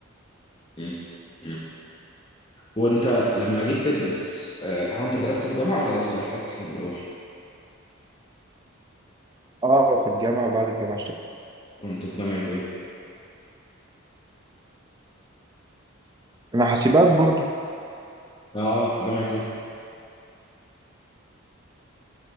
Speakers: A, on the left; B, on the right.
A: مم. مم. وانت لما جيت تدرس آه، هو انت درست في جامعة ولا درست لوحدك اصلا من الاول؟
B: اه في الجامعه وبعد الجامعه اشتغلت
A: كنت في جامعة ايه؟
B: انا حاسبات برضه
A: اه في جامعة ايه؟